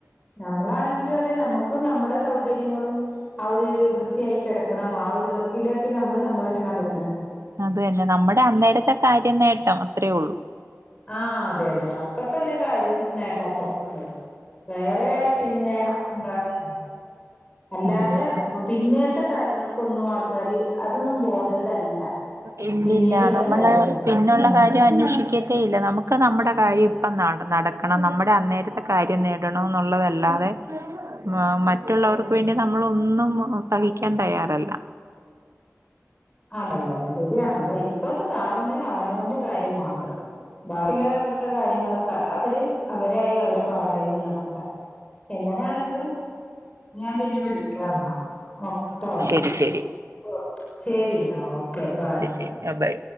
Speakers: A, on the left (about 20°); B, on the right (about 65°).
A: നമ്മളാണെങ്കിലും അതെ നമ്മക്കും നമ്മടെ സൗകര്യങ്ങളും ആ ഒരു വൃത്തിയായി കെടക്കണം ആ ഒരുതൊക്കിലൊക്കെ നമ്മള് സന്തോഷം കണ്ടെത്ത്ണ്
B: അത് തന്നെ നമ്മുടെ അന്നേരത്തെ കാര്യം നേട്ടം അത്രയേ ഉള്ളൂ
A: ആ അതെ അതെ അപ്പത്തെ ഒരു കാര്യം നെ നേട്ടാ അപ്പർത്ത്ള്ളത് വേറെ പിന്നെ എന്താണ് അല്ലാതെ
B: ഉം
A: പിന്നത്തെ കാര്യങ്ങൾക്കൊന്നും ആൾക്കാര് അതൊന്നും ബോധേടല്ല
B: ഇല്ലില്ല
A: പിന്നീടുള്ള
B: നമ്മളേ
A: കാര്യങ്ങൾക്ക്
B: പിന്നുള്ള
A: ഉം
B: കാര്യ അന്വേഷിക്കത്തേ ഇല്ല നമുക്ക് നമ്മുടെ കാര്യം ഇപ്പ നടക്കണം നമ്മുടെ അന്നേരത്തെ കാര്യം നേടണോ ന്നുള്ളതല്ലാതെ മ മറ്റുള്ളവർക്ക് വേണ്ടി നമ്മളൊന്നും സഹിക്കാൻ തയ്യാറല്ല
A: അല്ലല്ല അല്ല ശരിയാണ് ഇപ്പത്തെ കാലം തന്നെ അവനവന്റെ കാര്യം മാത്രം ബാക്കിള്ളാ അവരുടെ കാര്യങ്ങളൊക്കെ അത അവര് അവരായി അവരെ പാടായി എന്നുള്ള മട്ട എങ്ങനെയാണെങ്കിലും ഞാൻ പിന്നെ വിളിക്ക എന്നാ ഓട്ടോ
B: ഉം ശരി ടീ
A: ഓ ശരി എന്നാ ഓക്കെ ഭായ്
B: ശരിയാ ബൈ